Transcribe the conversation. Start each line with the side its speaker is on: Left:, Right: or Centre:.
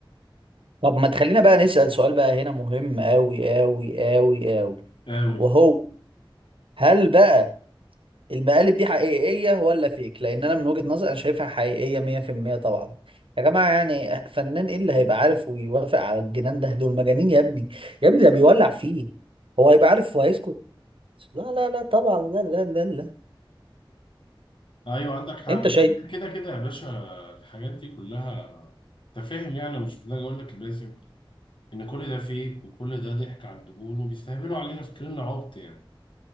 Right: طب ما تخلينا بقى نسأل سؤال بقى هنا مهم قوي قوي قوي قوي
Left: قوي
Right: وهو هل بقى المقالب دي حقيقية ولا فيك لأن أنا من وجهة نظري أنا شايفها حقيقية 100% طبعا يا جماعة يعني فنان إيه اللي هيبقى عارف ويوافق على الجنان ده دول مجانين يا ابني يا ابني ده بيولع فيه هو هيبقى عارف وهيسكت لا لا لا طبعا لا لا لا لا
Left: أيوه عندك حق
Right: أنت
Left: لا
Right: شايف
Left: كده كده يا باشا الحاجات دي كلها أنت فاهم يعني أنا مش محتاج أقول لك يا باسم ان كل ده فيك وكل ده ضحك على الدهون وبيستهبلوا علينا فاكريننا عبط يعني